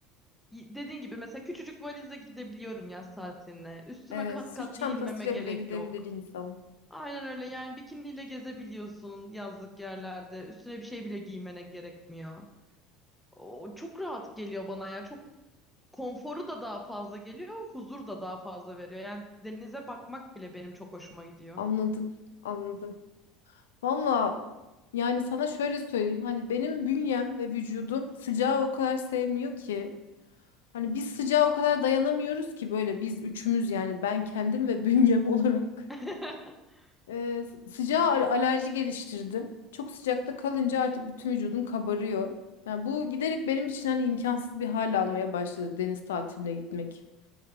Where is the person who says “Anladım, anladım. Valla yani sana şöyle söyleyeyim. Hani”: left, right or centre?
Left